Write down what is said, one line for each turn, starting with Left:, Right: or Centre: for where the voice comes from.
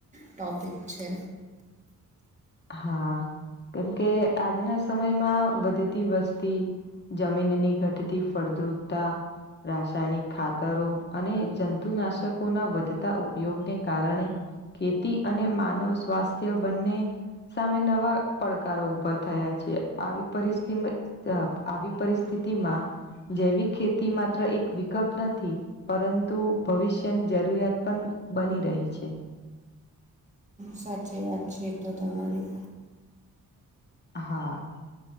Right: ટૉપિક છે.
Left: હા કેમકે આજના સમયમાં વધતી વસ્તી જમીનની ઘટતી ફળદ્રુપતા રાસાયણિક ખાતરો અને જંતુનાશકોના વધતા ઉપયોગને કારણે ખેતી અને માનવ સ્વાસ્થ્ય બંને સામે નવા પડકારો ઉભા થયા છે આવી પરિસ્થિતિમાં આવી પરિસ્થિતિમાં જૈવિક ખેતી માત્ર એક વિકલ્પ નથી. પરંતુ ભવિષ્યની જરૂરિયાત પણ બની રહી છે.
Right: સાચી વાત છે એ તો તમારી.
Left: હા.